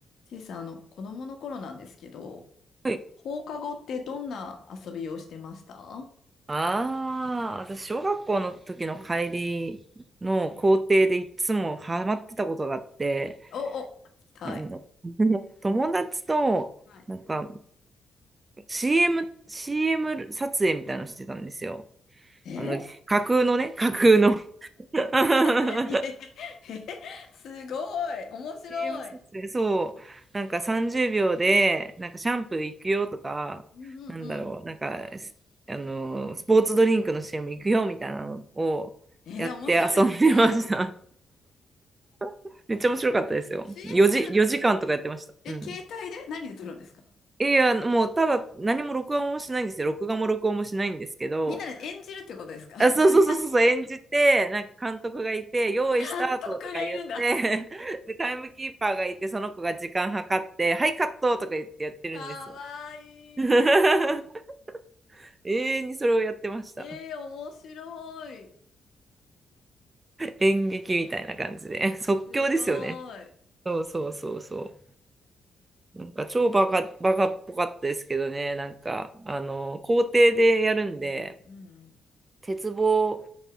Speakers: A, on the left; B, on the right.
A: ちいさん、あの、子供の頃なんですけど、
B: い。
A: 放課後ってどんな遊びをしてました
B: ああ、私、小学校の時の帰りの校庭でいつもハマってたことがあって、
A: お、お、聞きたい。
B: あの <laughs>、友達と、
A: はい。
B: なんか CM、CM 撮影みたいなのしてたんですよ。
A: え
B: あの、架空のね、架空の <laughs> 確
A: <laughs> いえ、えすごい、面白い。
B: 定を説明、そう、なんか30秒で、なんかシャンプー行くよとか、
A: うんうんうん。
B: なんだろう、なんか、すあの、スポーツドリンクの c も行くよみたいなのをやって遊んでました。
A: えー、面白いですね。
B: <laughs> めっちゃ面白かったですよ。
A: CM
B: 4時、
A: 撮るって、
B: 4時間とかやってました。
A: え、
B: うん。
A: 携帯で何で撮るんですか
B: いや、もうただ何も録音もしないんですよ。録画も録音もしないんですけど、
A: みんなで演じるってことですか <laughs>
B: あ、そうそうそうそうそう、演じて、なんか監督がいて、用意スタートとか言って、
A: 監督がいるんだ。
B: <laughs> で、タイムキーパーがいて、その子が時間計って、はい、カットとか言ってやってるんですよ。
A: かわいい。
B: <laughs> 永遠にそれをやってました。
A: えー、面白い。
B: 演劇みたいな感じで。即興ですよね。
A: すごい。
B: そうそうそうそう。なんか超バカ、バカっぽかったですけどね、なんか、あの、校庭でやるんで、
A: うんうん
B: 鉄棒